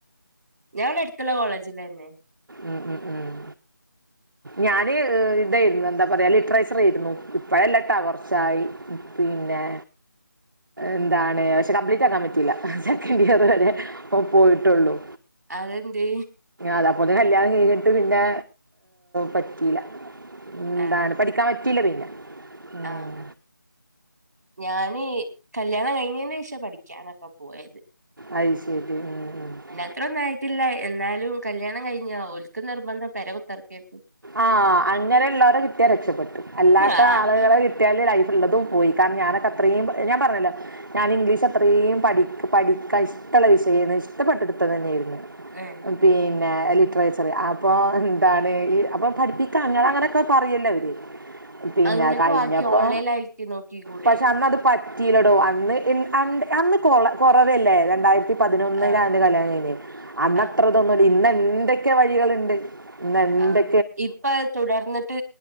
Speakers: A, on the right; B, on the right.
A: ഞാൻ ഇവടെ എട്‌ത്ത്ള്ള കോളേജിലന്നെ
B: ഉം ഉം ഉം ഞാന് ഇതെയിരുന്നു എന്താ പറയാ ലിറ്ററേച്ചർ ആയിരുന്നു ഇപ്പഴല്ലട്ടാ കൊർച് ച്ചായി പിന്നെ എന്താണ് പക്ഷെ കപ്ലീറ്റ് ആക്കാൻ പ റ്റീല സെക്കൻഡ് ഇയറ് വരെ പോയിട്ടോള്ളു
A: അതന്തേ
B: അതാ അപ്പൊത്ത്ന് കല്യാണം കഴിഞ്ഞിട്ട് പിന്നെ പറ്റീല
A: ആഹ്
B: ന്താണ് പഠി ക്കാറ്റില പിന്നെ ഉം.
A: ആഹ് ഞാന് കല്യാണം കഴിഞ്ഞെനെഷ പഠിക്ക്യാനൊക്ക പോയത്
B: അയ് ശെരി ആ ആ
A: അത്രന്ന് ആയിട്ടില്ല എന്നാലും കല്യാണം കഴിഞ്ഞ ഓൽക്ക് നിർബന്ധം പെരേ കുത്തർക്കെക്കു
B: ആഹ് അങ്ങനെ ഇള്ളോലെ കിട്ടിയാ രക്ഷപ്പെട്ട് അല്ലാത്ത
A: ആഹ്
B: ആള്കളെ കിട്ടിയാല് ലൈഫ് ഇള്ളതും പോയി കാര്ണം ഞാനൊക്ക അത്രേം ഞാൻ പർഞ്ഞല്ലോ ഞാന് ഇംഗ്ലീഷ് അത്രേം പഠി പഠിക്കാൻ ഇഷ്ടള്ള വിഷയേര്ന്ന് ഇഷ്ടപ്പെട്ടിട്ട് ഇട്‌ത്തത് തന്നെയിര്ന്ന്
A: ഏഹ്
B: പിന്നെ ലിറ്ററേച്ചറ് അപ്പോ ന്താണ് ഇ അപ്പൊ പഠിപ്പിക്കാ അങ്ങന അങ്ങനെക്കെ പറയല്ലോ അവര് പിന്നെ
A: ഇങ്ങക്ക്
B: കഴിഞ്ഞപ്പൊ
A: ബാക്കി ഓൺലൈനായിട്ട് നോക്കിക്കൂടെ
B: പക്ഷെ അന്ന് അത് പ റ്റീലടോ അന്ന് ഇ അ അന്ന് കൊള കൊറവല്ലേ രണ്ടായിര്ത്തി പതിനൊന്നില
A: ആഹ്
B: ഇന്റെ കല്യാണം കഴിഞ്ഞെ അന്നത്ര
A: ആഹ്
B: ഇതോന്നുല്ല ഇന്ന് എന്തേക്കെ വഴികള്ണ്ട് ഇന്ന് എന്തേ
A: ആഹ് ഇപ്പ തുടർന്ന്ട്ട്